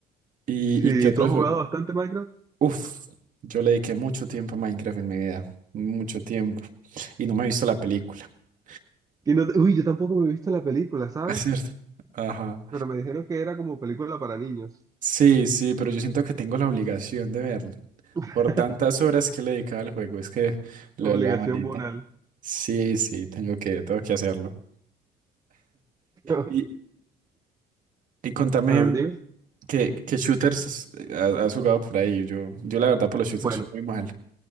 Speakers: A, on the right; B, on the right.
A: ¿Y,
B: Sí,
A: y qué otros?
B: tú has jugado
A: jue-
B: bastante Minecraft.
A: Uf, yo le dediqué mucho tiempo a Minecraft en mi vida, mucho tiempo, y no me he visto la película. <laughs>
B: Y no te- Uy, yo tampoco me he visto la película, ¿sabes?
A: Es cierto. Ajá.
B: Pero me dijeron que era como película para niños.
A: Sí, sí, pero yo siento que tengo la obligación de verla.
B: <laughs>
A: Por tantas horas que le dedicaba al juego, es que lo,
B: Obligación
A: lo amerita.
B: moral.
A: Sí, sí, tengo que, tengo que hacerlo.
B: <laughs>
A: Y, y contame
B: A ver, dime.
A: qué, qué shooters has, has jugado por ahí. Yo, yo la verdad por los shooters
B: Bueno,
A: soy muy mal.